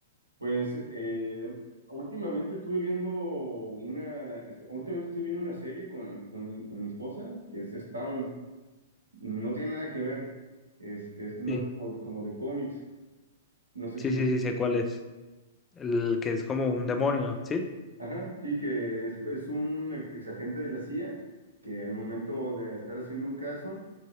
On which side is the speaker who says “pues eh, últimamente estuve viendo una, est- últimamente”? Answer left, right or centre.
Right